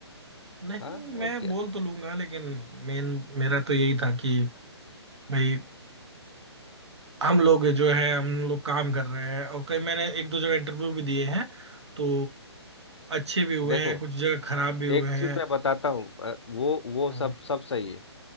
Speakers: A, on the right; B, on the left.
A: नहीं
B: हाँ और
A: मैं
B: क्या
A: बोल तो लूंगा लेकिन मेन मेरा तो यही था कि भाई हम लोग जो है हम लोग काम कर रहे हैं और कई मैंने एक दो जगह इंटरव्यू भी दिए हैं तो अच्छे भी हुए
B: देखो
A: हैं कुछ जगह खराब भी हुए
B: एक
A: हैं
B: चीज़ मैं बताता हूँ अ, वो वो
A: हम्म,
B: सब सब सही है